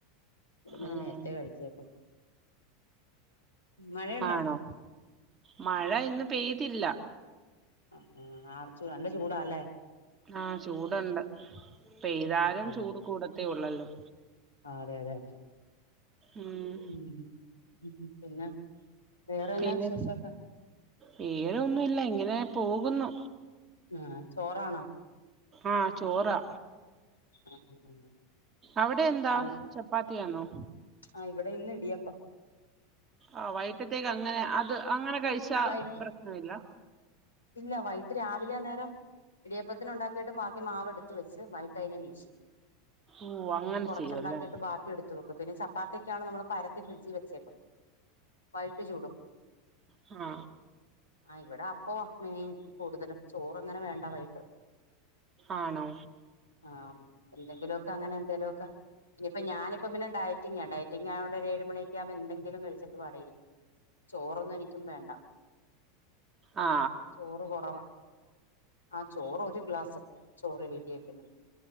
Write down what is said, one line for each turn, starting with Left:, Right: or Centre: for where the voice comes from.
Left: ഇവരു പിന്നെ
Right: ആഹ്
Left: നേരത്തെ കഴിച്ചേക്കും മഴയുണ്ടോ
Right: ആണോ മഴ ഇന്ന് പെയ്തില്ല
Left: അ ആ <unintelligible> നല്ല ചൂടാല്ലേ
Right: ആ ചൂടുണ്ട് പെയ്താലും
Left: ആഹ് ആഹ്
Right: ചൂട് കൂടത്തേ ഉള്ളല്ലോ
Left: ആ അതെ അതെ അതെ
Right: ഉം
Left: മ് മ് പിന്നെ വേറെന്നാ
Right: പിന്നെ
Left: വിശേഷൊക്കെ
Right: വേറൊന്നുല്ല ഇങ്ങനെ പോകുന്നു
Left: മ് ചോറാണോ
Right: ആ ചോറാ
Left: ആ ആ
Right: അവിടെ എന്താ
Left: നൽ
Right: ചപ്പാത്തിയാണോ
Left: ആ ഇവിടെ ഇന്ന് ഇടിയപ്പം
Right: ആ വൈട്ടത്തേക്കങ്ങനെ അത് അങ്ങനെ കഴിച്ച
Left: വൈ
Right: പ്രശ്ന ഇല്ല
Left: ഇല്ല വൈട്ട് രാവിലെ അന്നേരം ഇടിയപ്പത്തിനുണ്ടാക്കീട്ട് ബാക്കി മാവ്ടുത്ത് വെച്ച് വൈകിട്ടയ്ന് വീശി
Right: ഓഹ് അങ്ങനെ
Left: കൊറച്ചുണ്ടാക്കിട്ട്
Right: ചെയ്യുവല്ലേ
Left: ബാക്കി എടുത്ത് എടുത്ത് വെക്കും പിന്നെ ചപ്പാത്തിക്കാണേ നമ്മൾ പരത്തി ഫ്രിഡ്ജിൽ വെച്ചേക്കും വൈട്ട് ചൂടും
Right: ആ
Left: ആ ഇവിടെ അപ്പോ മീൻ കൂടുതലും ചോറങ്ങനെ വേണ്ട വൈകിട്ട്
Right: ആണോ
Left: ആ എന്തെങ്കിലുമൊക്കെങ്ങനെ എന്തേലൊക്കെ ഇപ്പ ഞാനപ്പ പിന്നെ ഡയറ്റിങ് ആ ഡറ്റിങ് ആയോണ്ട് ഏഴ് മണി എന്തെങ്കിലും കഴിച്ചിട്ട് പാടെയിരിക്കും ചോറൊന്നും എനിക്കും വേണ്ട
Right: ആ
Left: ചോറ് കുറവാ ആ ചോറ് ഒരു ഗ്ലാസ് ചോറ് വീട്ടി വെക്ക്ന്നെ